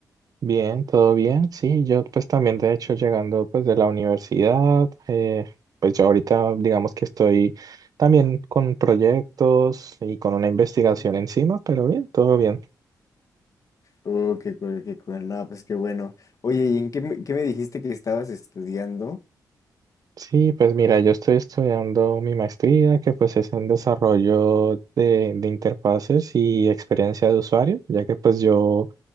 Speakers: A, on the right (about 60°); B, on the left (about 50°).
A: Bien, todo bien. Sí, yo pues también de hecho llegando pues de la universidad, eh, pues yo ahorita digamos que estoy también con proyectos y con una investigación
B: Ujú.
A: encima, pero bien, todo bien.
B: Oh, qué cool, qué cool. No, pues qué bueno. Oye, ¿y en qué me, qué me dijiste que estabas estudiando?
A: Sí, pues mira, yo estoy estudiando mi maestría que pues es en desarrollo de, de interfaces y experiencia de usuario, ya que pues yo